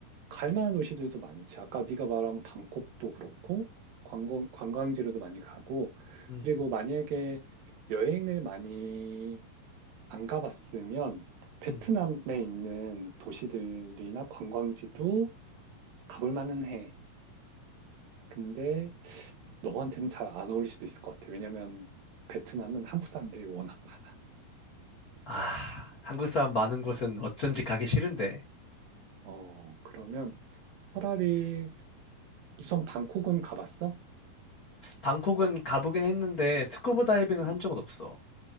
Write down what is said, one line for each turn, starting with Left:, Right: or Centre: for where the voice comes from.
Right: 갈 만한 도시들도 많지. 아까 네가 말한 방콕도 그렇고 관광, 관광지로도 많이 가고
Left: 응.
Right: 그리고 만약에 여행을 많이 안 가봤으면 베트남에
Left: 음.
Right: 있는 도시들이나 관광지도 가볼 만은 해. 근데 너한테는 잘 안 어울릴 수도 있을 것 같아. 왜냐면 베트남은 한국 사람들이 워낙 많아.
Left: 아, 한국 사람 많은 곳은 어쩐지 가기 싫은데.
Right: 어, 그러면 차라리 우선 방콕은 가봤어?
Left: 방콕은 가보긴 했는데 스쿠버 다이빙은
Right: 음.
Left: 한 적은 없어.